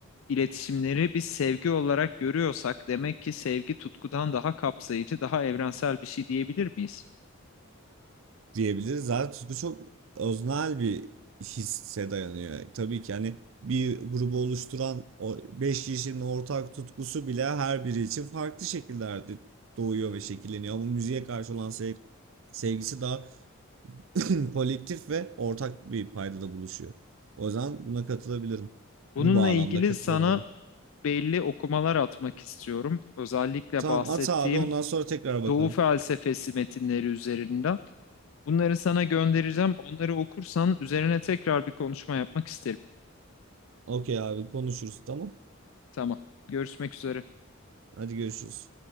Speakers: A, on the left (about 70°); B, on the right (about 65°).
A: iletişimleri biz sevgi olarak görüyorsak demek ki sevgi tutkudan daha kapsayıcı, daha evrensel bir şey diyebilir miyiz?
B: diyebiliriz. Zaten tutku çok öznel bir hisse dayanıyor. Tabii ki hani bir grubu oluşturan o beş kişinin ortak tutkusu bile her biri için farklı şekillerde doğuyor ve şekilleniyor. Ama müziğe karşı olan sev- sevgisi daha <clears throat> kolektif ve ortak bir paydada buluşuyor. O yüzden buna katılabilirim.
A: Bununla
B: Bu bağlamda
A: ilgili
B: katılabilirim.
A: sana belli okumalar atmak istiyorum. Özellikle
B: Tamam
A: bahsettiğim
B: at abi ondan sonra tekrar bakalım.
A: Doğu felsefesi metinleri üzerinden. Bunları sana göndereceğim. Onları okursan üzerine tekrar bir konuşma yapmak isterim.
B: Okey abi konuşuruz tamam.
A: Tamam. Görüşmek üzere.
B: Hadi görüşürüz.